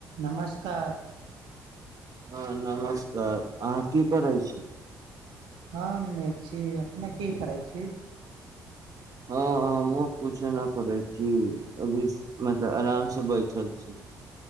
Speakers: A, on the right; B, on the right.
A: नमस्कार
B: हँ नमस्कार अहाँ की करै छी
A: हम नहि छी अपने की करै छी
B: हँ हमहुँ कुछो नहि करै छी अभी मतलब आराम से बैठल छी